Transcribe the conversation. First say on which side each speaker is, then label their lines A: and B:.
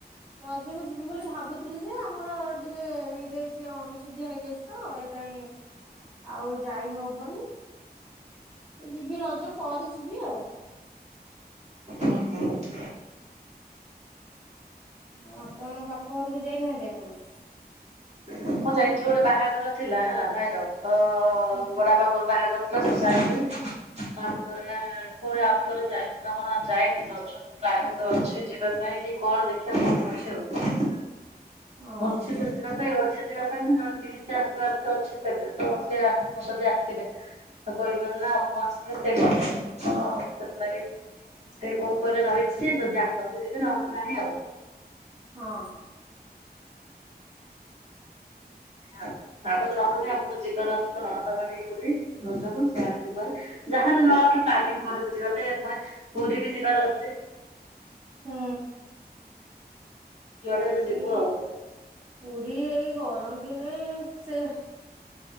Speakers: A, on the right (about 25°); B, on the right (about 40°).
A: ରଜକୁ ଯିବି ବୋଲି ଭାବୁଥିଲିଯେ ଆମର ଟିକେ ହେଇଯାଇଚି ଅଣସୁ ସୁଧିଆ ହେଇଯାଇଚିତ ଏଇଥାଇଁ ଆଉ ଯାଇ ହବନି ଯିବି ରଜ ପରେ ଯିବି ଆଉ।
B: ଅଁହଁ।
A: ଆଁ ଆପଣଙ୍କ ବାପ ଘରକୁ ଯାଇନାହାନ୍ତି ଆପଣ?
B: ହଁ ଯାଇଥିଲି ଗୋଟେ ବାହାଘର ଥିଲା ହେଲା ଭାଇର ତ
A: ହୁଁ
B: ବାଡ଼ାପା ପୁଅର ବାହାଘର ଯାଇଥିଲି ତାପରେ ପୁଣି ଆଉ ଥରେ ଯାଇଥିଲ କଣ ଯାଇନି ରଜ ପ୍ଲାନିଂ ଅଛି ଯିବା ପାଇଁ କି କଣ ଦେଖିଆ କଣ କଉଛି ଆଉ।
A: ଓହୋ
B: ଅଛିତ ଯିବା ପାଇଁ ଅଛି ଯିବା ପାଇଁ ଜଣେ ପିସା ନାଥ ଅଛି ସେବେତ ଅଛି ଆତ୍ମସଦି ଆସିବେ ତ କହିକି ନାନା ମୁଁ ଆସିଲେ ସିଏ କରିଦେବେ ହଁ ସେଥିଲାଗି ସେ ଗୋଉପରେ ରହିଚି ଯଦି ଆସନ୍ତି ଯିବି ନହେନେ ନାଇଁ ଆଉ।
A: ହଁ।
B: ହଁ ତାପରେ ନହେଲେ ଆମର ଯିବାର ଅଛି ନଣନ୍ଦ ଘଟିକି ବୁଲି ରଜକୁ ସେଆଡ଼େ ଯିବରେ ଯାହାହେନେ ଜଣଙ୍କର ପ୍ଲାନିଂ କରିବୁ ଯିବା ପାଇଁ ପୁଣି ପୁରୀବି ଯିବାର ଅଛି।
A: ହୁଁ
B: ଯୁଆଡେ ହେଲେ ଯିବୁ
A: ଏଇ
B: ଆଉ।
A: ପୁରୀ ଏଇ ଗରମ ଦିନେ ସେ